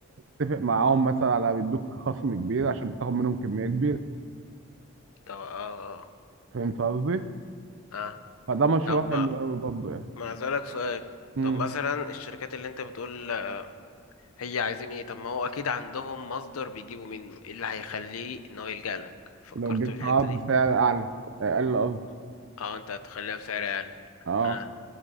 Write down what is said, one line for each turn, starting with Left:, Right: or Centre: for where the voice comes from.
Right: تتفق معاهم مثلا على بيدوك خصم كبير عشان تاخد منهم كميه كبيره
Left: طب اه اه
Right: فهمت قصدي؟
Left: اه
Right: فده مشروع
Left: طب
Right: حلو
Left: ما
Right: قوي برضه يعني
Left: ما اسالك سؤال
Right: مم.
Left: طب مثلا الشركات اللي انت بتقول هي عايزين ايه طب ما هو اكيد عندهم مصدر بيجيبوا منه ايه اللي هيخليه ان هو يلجأ لك فكرت
Right: لو جبت
Left: في الحتة
Right: عرض
Left: دي
Right: سعر اعلى اقل قصدي
Left: اه انت هتخليها بسعر اقل
Right: اه
Left: اه